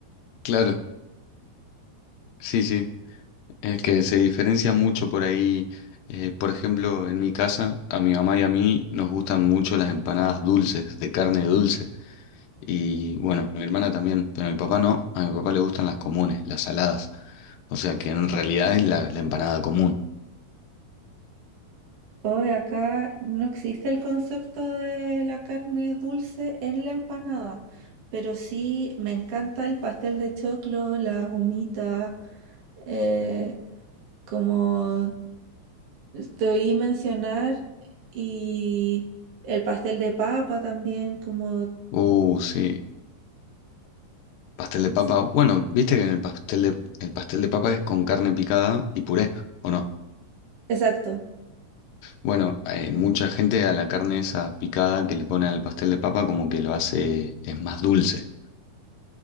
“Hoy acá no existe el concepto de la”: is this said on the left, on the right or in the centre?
Right